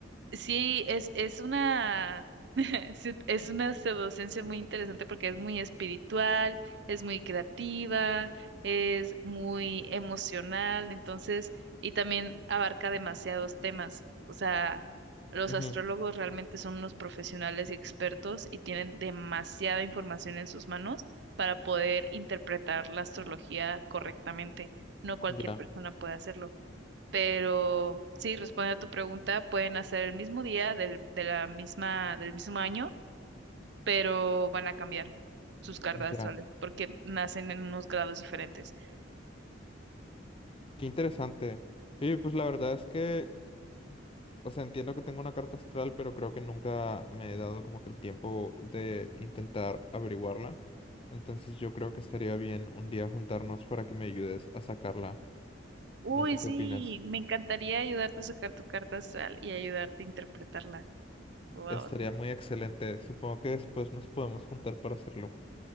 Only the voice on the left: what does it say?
ujú,
ya,
ya.
Qué interesante. Y pues la verdad es que O sea, entiendo que tengo una carta astral, pero creo que nunca me he dado como que el tiempo de intentar averiguarla. Entonces yo creo que estaría bien un día juntarnos para que me ayudes a sacarla.
No sé
qué opinas.
Estaría muy excelente. Supongo que después nos podemos juntar para hacerlo.